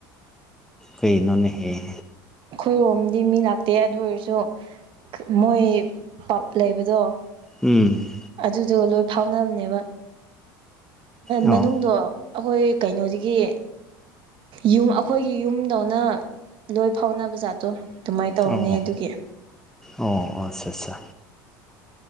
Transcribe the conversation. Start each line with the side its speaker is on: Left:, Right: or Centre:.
Centre: ꯀꯩꯅꯣꯟꯅꯦꯍꯦ
Right: ꯑꯩꯈꯣꯏꯔꯣꯝꯗꯤ ꯃꯤ ꯂꯥꯛꯇꯦ ꯑꯗꯨ ꯑꯣꯏꯔꯁꯨ ꯃꯣꯏ ꯄꯞ ꯂꯩꯕꯗꯣ
Centre: ꯎꯝ
Right: ꯑꯗꯨꯗꯣ ꯂꯣꯏ ꯐꯥꯎꯅꯕꯅꯦꯕ
Centre: ꯑꯣ
Right: ꯃꯅꯨꯡꯗꯣ ꯑꯩꯈꯣꯏ ꯀꯩꯅꯣꯁꯤꯗꯒꯤ ꯌꯨꯝ ꯑꯩꯈꯣꯏꯒꯤ ꯌꯨꯝꯗꯧꯅ ꯂꯣꯏ ꯐꯥꯎꯅꯕ ꯖꯥꯠꯇꯣ ꯑꯗꯨꯃꯥꯏꯅ ꯇꯧꯕꯅꯦ
Centre: ꯑꯣ
Right: ꯑꯗꯨꯒꯤ
Centre: ꯑꯣ ꯑꯆꯥ ꯑꯠꯆꯥ